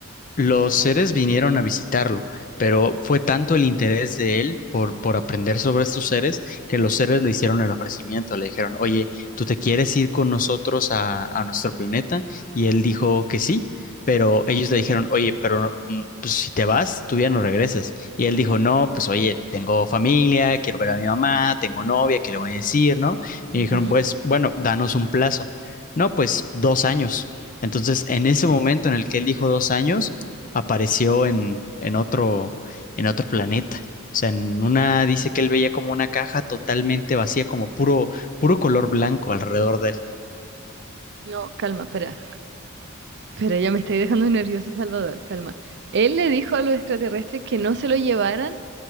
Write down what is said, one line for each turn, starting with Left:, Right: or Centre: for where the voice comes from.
Left: Los seres vinieron a visitarlo, pero fue tanto el interés de él por, por aprender sobre estos seres que los seres le hicieron el ofrecimiento, le dijeron, oye, ¿tú te quieres ir con nosotros a, a nuestro planeta? Y él dijo que sí, pero ellos le dijeron, oye, pero mm, pues, si te vas, tú ya no regresas. Y él dijo, no, pues oye, tengo familia, quiero ver a mi mamá, tengo novia, ¿qué le voy a decir, no? Y
Right: Ujú.
Left: dijeron, pues bueno, danos un plazo. No, pues dos años. Entonces, en ese momento en el que él dijo dos años, apareció en, en otro, en otro planeta. O sea, en una dice que él veía como una caja totalmente vacía, como puro, puro color blanco alrededor de él.
Right: No, calma, espera. Pero ya me estoy dejando nervioso, Salvador, calma. Él le dijo a los extraterrestres que no se lo llevaran,